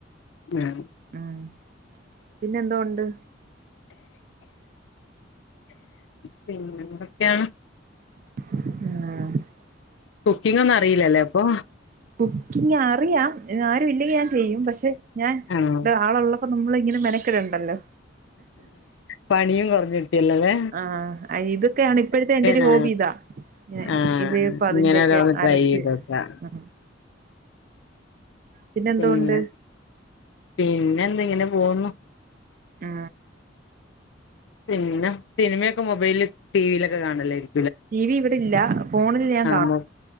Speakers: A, on the left; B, on the right.
A: ആഹ്
B: ഉം പിന്നെന്തോ ഉണ്ട്?
A: പിന്നെന്തൊക്കെയാ?
B: ആ
A: കുക്കിങ്ങൊന്നും അറീലലെ അപ്പൊ?
B: കുക്കിങ്ങറിയാം. ങേ ആരു ഇല്ലെങ്കി ഞാൻ ചെ ചെയ്യും. പക്ഷെ ഞാൻ
A: ആഹ്
B: ഇവിടെ ആളുള്ളപ് അപ്പൊ നമ്മളിങ്ങനെ മെനക്കടണ്ടല്ലോ?
A: പണിയും കൊറഞ്ഞ് കിട്ടെല്ലോലെ?
B: ആഹ്. ഇതൊക്കെയാണ് ഇപ്പഴത്തെ എന്റെ ഒരു
A: ആ
B: ഹോബി ഇതാ. ഇങ്ങനെ
A: ആ
B: ഇത് ഇപ്പ അതിന്റെയൊക്കെ
A: ഇങ്ങനെ ഓരോന്ന് ട്രൈ
B: അരച്ച്.
A: ചെയ്തോക്കാ
B: ആ പിന്നെന്തോ
A: പിന്നെ
B: ഉണ്ട്?
A: പിന്നെ എന്ത് ഇങ്ങനെ പോവുന്നു.
B: ആ
A: പിന്നെ സിനിമയൊക്കെ മൊബൈൽ ടിവിലൊക്കെ കാണലായിരി
B: ടി വി ഇവിടെ ഇല്ല. ഫോണിൽ ഞാൻ കാണും.
A: മൊ